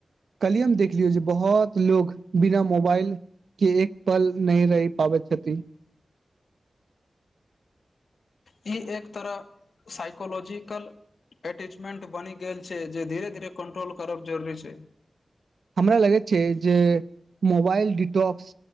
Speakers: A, on the right (about 80°); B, on the left (about 80°).
A: कल्हि हम देख लियौ जे बहुत लोग बिना मोबाइल के एक पल नहि रहि पाबैत छथिन
B: ई एक तरह साइकोलॉजिकल एटेचमेंट बनि गेल छै जे धीरे धीरे कंट्रोल करब जरूरी छै
A: हमरा लगैत छै जे मोबाइल डिटॉक्स